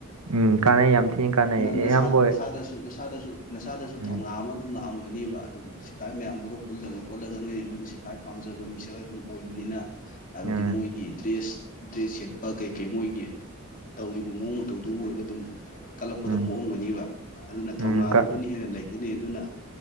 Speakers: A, on the right (about 90°); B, on the left (about 40°).
A: ꯎꯝ ꯀꯥꯟꯅꯩ ꯌꯥꯝ ꯊꯤꯅ ꯀꯥꯟꯅꯩ
B: ꯅꯪ ꯅꯁꯥ
A: ꯑꯌꯥꯝꯕ
B: <unintelligible>
A: ꯑꯣꯏ
B: ꯅꯁꯥꯗꯁꯨ ꯅꯁꯥꯗꯁꯨ
A: ꯎꯝ
B: ꯊꯧꯅꯥ ꯑꯃ ꯑꯗꯨꯝ ꯂꯥꯛꯑꯝꯒꯅꯦꯕ ꯑꯗꯨꯝ ꯁꯤꯐꯥꯏ ꯃꯌꯥꯝꯗꯨꯒ ꯄꯨꯜꯂꯒ ꯈꯣꯠꯂꯒ ꯅꯣꯏ ꯑꯗꯨꯝ ꯁꯤꯐꯥꯏ ꯄꯥꯝꯖꯕ ꯃꯤꯁꯛ ꯑꯗꯨꯝ ꯑꯣꯏꯕꯅꯤꯅ ꯍꯥꯏꯕꯗꯤ
A: ꯎꯝ ꯎꯝ
B: ꯃꯣꯏꯒꯤ ꯗ꯭ꯔꯦꯁ ꯗ꯭ꯔꯦꯁ ꯁꯦꯠꯄ ꯀꯩ ꯀꯩ ꯃꯣꯏꯒꯤ ꯇꯧꯔꯤꯕ ꯃꯑꯣꯡ ꯃꯇꯧꯗꯨ ꯎꯔꯒ ꯑꯗꯨꯝ ꯀꯠꯂꯛꯄꯗ
A: ꯎꯝ
B: ꯄꯣꯛꯑꯝꯒꯅꯤꯕ ꯑꯗꯨꯅ
A: ꯎꯝ
B: ꯊꯧꯅꯥꯗꯣ
A: ꯀ
B: ꯑꯗꯨꯅ ꯍꯦꯟꯅ ꯂꯩꯗꯤꯅꯦ ꯑꯗꯨꯅ